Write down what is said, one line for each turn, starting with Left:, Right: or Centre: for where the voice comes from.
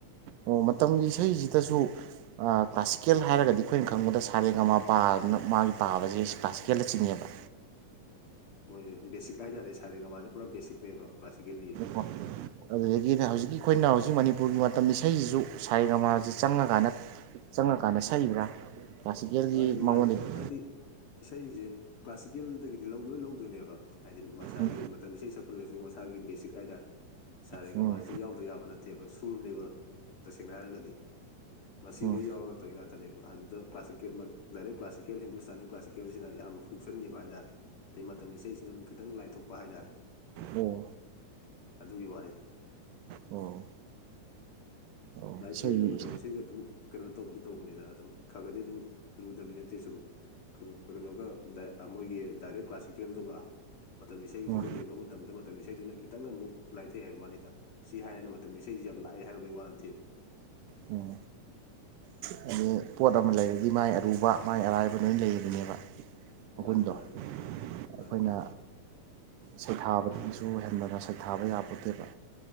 Right: ꯑꯣ ꯃꯇꯝꯒꯤ ꯏꯁꯩꯁꯤꯗꯁꯨ ꯑꯥ ꯀ꯭ꯂꯥꯁꯤꯀꯦꯜ ꯍꯥꯏꯔꯒꯗꯤ ꯑꯩꯈꯣꯏꯅ ꯈꯪꯕꯗ ꯁꯥꯔꯦ ꯒ ꯃꯥ ꯄꯥ ꯗꯨꯅ ꯃꯥꯒꯤ ꯄꯥꯕꯁꯦ ꯀ꯭ꯂꯥꯁꯤꯀꯦꯜꯗ ꯆꯤꯡꯉꯦꯕ
Left: ꯃꯣꯏꯁꯦ ꯕꯦꯁꯤꯛ ꯍꯥꯏꯇꯥꯥꯔꯦ ꯁꯥꯥꯔꯦ ꯒ ꯃꯥꯁꯦ ꯄꯨꯔꯥ ꯕꯦꯁꯤꯛꯅꯦꯕ ꯀ꯭ꯂꯥꯁꯤꯀꯦꯜꯂꯤ
Right: ꯋꯥ ꯑꯗꯨꯗꯒꯤꯅ ꯍꯧꯖꯤꯛꯀꯤ ꯑꯩꯈꯣꯏꯅ ꯍꯧꯖꯤꯛ ꯃꯅꯤꯄꯨꯔꯒꯤ ꯃꯇꯝ ꯏꯁꯩꯁꯤꯁꯨ ꯁꯥꯔꯦ ꯒ ꯃꯥꯁꯤ ꯆꯪꯉꯀꯥꯟꯗ ꯆꯪꯉꯀꯥꯟꯗ ꯁꯛꯏꯕ꯭ꯔꯥ ꯀ꯭ꯂꯥꯁꯤꯀꯦꯜꯒꯤ
Left: ꯃꯥꯅꯦ
Right: ꯃꯉꯣꯟꯗꯒꯤ
Left: ꯃꯥꯅꯦ ꯍꯥꯏꯗꯤ ꯏꯁꯩꯁꯦ ꯀ꯭ꯂꯥꯁꯤꯀꯦꯜꯗꯒꯤꯗꯤ ꯂꯧꯗꯣꯏ ꯂꯣꯏ ꯂꯧꯗꯣꯏꯅꯦꯕ ꯍꯥꯏꯗꯤ ꯃꯁꯥꯒꯤ
Right: ꯎꯝ
Left: ꯃꯇꯝ ꯏꯁꯩ ꯁꯛꯄ ꯁꯨ ꯃꯁꯥꯒꯤ ꯕꯦꯁꯤꯛ ꯍꯥꯏꯇꯥꯔꯦ ꯁꯥꯔꯦ
Right: ꯎꯝ
Left: ꯒ ꯃꯥꯥꯁꯤ ꯌꯥꯎꯗꯕ ꯌꯥꯕ ꯅꯠ ꯇꯦꯕ ꯁꯨꯔꯅꯦꯕ ꯇꯁꯦꯡꯅ ꯍꯥꯏꯔꯒꯗꯤ ꯃꯁꯤ
Right: ꯎꯝ ꯎꯝ
Left: ꯂꯣꯏ ꯌꯥꯎꯔꯒ ꯇꯧꯔꯤ ꯉꯥꯛꯇꯅꯦꯕ ꯑꯗꯨꯗ ꯀ꯭ꯂꯥꯁꯤꯛ ꯗꯥꯏꯔꯦꯛ ꯀ꯭ꯂꯥꯁꯤꯀꯦꯜ ꯍꯤꯟꯗꯨꯁꯇꯥꯅꯤ ꯀ꯭ꯂꯥꯁꯤꯀꯦꯜꯁꯤꯅ ꯌꯥꯝ ꯍꯨꯆꯟꯈꯤꯕ ꯍꯥꯏꯇꯥꯥꯔꯦ ꯑꯗꯩ ꯃꯇꯝ ꯏꯁꯩꯁꯤꯅ ꯑꯃꯨꯛ ꯈꯤꯇꯪ ꯂꯥꯏꯊꯣꯛꯄ ꯍꯥꯏꯇꯥꯔꯦ
Right: ꯑꯣ
Left: ꯑꯗꯨꯒꯤ ꯋꯥꯅꯤꯗ
Right: ꯑꯣ ꯑꯣ
Left: ꯂꯥꯏꯊꯣꯛꯑꯦꯅ
Right: ꯏꯁꯩ
Left: ꯃꯇꯝ ꯏꯁꯩꯁꯨ ꯑꯗꯨꯝ ꯀꯩꯅꯣ ꯇꯧꯕꯗꯤ- ꯇꯧꯕꯅꯤꯗ ꯑꯗꯨꯝ ꯈ ꯈꯗꯤ ꯑꯗꯨꯝ ꯂꯨꯗꯕꯗꯤ ꯅꯠꯇꯦ ꯁꯨꯝ ꯀꯩꯅꯣ-ꯀꯩꯅꯣꯒ ꯃꯣꯏꯒꯤ ꯗꯥꯏꯔꯦꯛ ꯀ꯭ꯂꯥꯁꯤꯀꯦꯜꯗꯨꯒ ꯃꯇꯝ ꯏꯁꯩꯒꯤꯁꯤꯒ
Right: ꯑꯣ ꯑꯣ
Left: ꯌꯦꯡꯅꯕ ꯃꯇꯝꯗ ꯃꯇꯝ ꯏꯁꯩꯗꯨꯅ ꯈꯤꯇꯪ ꯑꯃꯨꯛ ꯂꯥꯏꯊꯩ ꯍꯥꯏꯕ ꯋꯥꯅꯤꯗ ꯁꯤ ꯍꯥꯏꯌꯦꯅ ꯃꯇꯝ ꯏꯁꯩꯁꯤ ꯌꯥꯝ ꯂꯥꯏ ꯍꯥꯏꯔꯨꯕꯩ ꯋꯥ ꯅꯠꯇꯦꯕ
Right: ꯑꯣ ꯍꯥꯏꯗꯤ ꯄꯣꯠ ꯑꯃ ꯂꯩꯔꯗꯤ ꯃꯥꯏ ꯑꯔꯨꯕ ꯃꯥꯏ ꯑꯔꯥꯏꯕ ꯂꯣꯏ ꯂꯩꯔꯤꯕꯅꯦꯕ ꯃꯒꯨꯟꯗꯣ
Left: ꯃꯥꯅꯦ ꯃꯥꯅꯦ ꯃꯥꯅꯦ
Right: ꯑꯩꯈꯣꯏꯅ
Left: ꯃꯥꯅꯦ
Right: ꯁꯩꯊꯥꯕꯗꯁꯨ ꯍꯦꯟꯅꯒ ꯁꯩꯊꯥꯕ ꯌꯥꯄꯣꯠꯇꯦꯕ